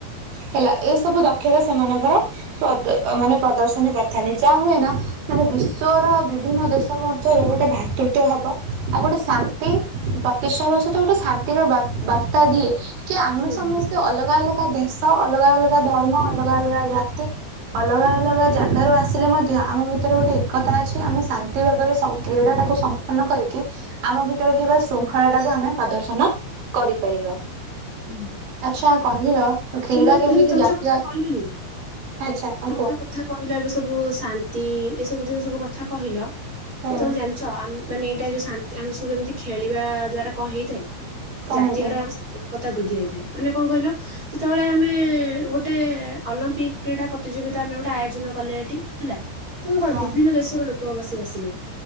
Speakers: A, on the right; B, on the right.
A: ହେଲା ଏ ସବୁ ଦକ୍ଷତା ସେମାନଙ୍କର ପଦ ମାନେ ପ୍ରଦର୍ଶନ କରିଥାନ୍ତିି, ଯାହା ହୁଏ ନା ମାନେ ବିଶ୍ଵର ବିଭିନ୍ନ ଦେଶ୍ ସବୁ ଅଂସରେ ଗୋଟେ ଭ୍ରାତୃତ୍ୱ ଭାବ। ଆଉ ଗୋଟେ ଶାନ୍ତି ପ୍ରତିଷ୍ଠା ହବା ସହିତ ଗୋଟେ ଶାନ୍ତିର ବାତ୍ ବାର୍ତ୍ତା ଦିଏ। ଚ ଆମେ
B: ହୁଁ
A: ସମସ୍ତେ
B: ହୁଁ
A: ଅଲଗା ଅଲଗା ଭେଶ, ଅଲଗା ଅଲଗା ଧର୍ମ, ଅଲଗା ଅଲଗା ଜାତି ଅଲଗା ଅଲଗା ଜାଗାରୁ ଆସିଲେ ମଧ୍ୟ ଆମ ଭିତରେ ଗୋଟେ ଏକତା ଅଛି। ଆମେ ଶାନ୍ ସାନ୍ତି ଭାବରେ ସ କ୍ରୀଡ଼ା ଟାକୁ ସମ୍ପୂର୍ଣ୍ଣ କରିକି ଆମ ଭିତରେ ଥିବା ଶୃଙ୍ଖଳା ଟାକୁ ଆମେ ପ୍ରଦର୍ଶନ କରିପାରିବା।
B: <unintelligible>
A: ଆଚ୍ଛା କହିଲ, କ୍ରୀଡ଼ା
B: ତମେ ଏ
A: କେମିତି
B: ତମେ
A: ଜାତୀୟ
B: ଯୋଉ କଥା କହିଲନି
A: ଆଚ୍ଛା ହଁ
B: ତମେ
A: କୁହ
B: ଯୋଉ କଥା କହିଲ ଏବେ ସବୁ ଶାନ୍ତି ଏ ସବୁ ଯୋଉ ସବୁ କଥା କହିଲ।
A: ହୁଁ
B: ତମେ ଜାଣିଚ ଆମ ମାନେ ଏଇଟା ଯୋଉ ଶାନ୍ତି ଆମେ ସବୁ ଏମିତି ଖେଳିବା ଦ୍ଵାରା କଣ ହେଇଥାଏ?
A: କଣ
B: ଜାତୀୟର
A: ହେଇଥାନ୍ତା
B: ଶ କଥା ବୃଦ୍ଧି ହେଇଥାଏ, ମାନେ କଣ କହିଲ? ଯେତେବେଳେ ଆମେ ଗୋଟେ ଅଲମ୍ପିକ୍ କ୍ରୀଡା ପ୍ରତିଯୋଗିତା ଆମେ ଗୋଟେ ଆୟୋଜନ କଲେ ଏଠି ହେଲା ତେଣୁ କଣ
A: ହଁ
B: ବିଭିନ୍ନ ଦେଶର ଲୋକ ଅବସ୍ୟ ଆସିଲେ।